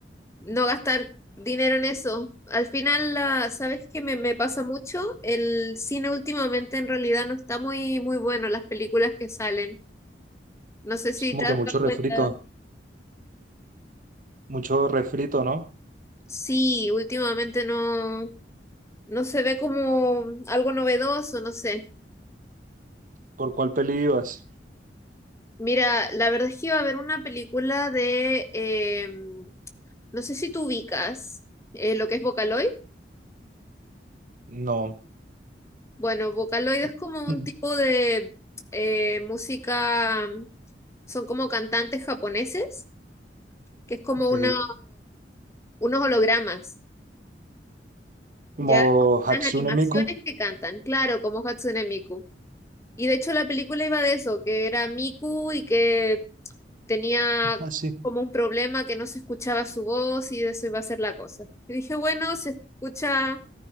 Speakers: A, on the left (about 15°); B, on the right (about 50°).
A: no gastar dinero en eso. Al final, la, ¿sabes qué me, me pasa mucho? El cine últimamente en realidad no está muy, muy bueno, las películas que salen.
B: <laughs>
A: No sé si
B: Es como
A: te has
B: que mucho
A: dado
B: refrito,
A: cuenta.
B: mucho refrito, ¿no?
A: Sí, últimamente no, no se ve como algo novedoso, no sé.
B: ¿Por cuál peli ibas?
A: Mira, la verdad es que iba a ver una película de, eh, no sé si tú ubicas eh, lo que es Vocaloid.
B: No.
A: Bueno, Vocaloid es
B: <laughs>
A: como un tipo de eh, música son como cantantes japoneses, que es como
B: Ok.
A: una, unos hologramas,
B: ¿Como
A: ya
B: Hatsune
A: unas animaciones
B: Miku?
A: que cantan, claro, como Hatsune Miku. Y de hecho la película iba de eso, que era Miku y que tenía
B: <laughs> Así.
A: como un problema que no se escuchaba su voz y de eso iba a ser la cosa. Y dije, bueno, se escucha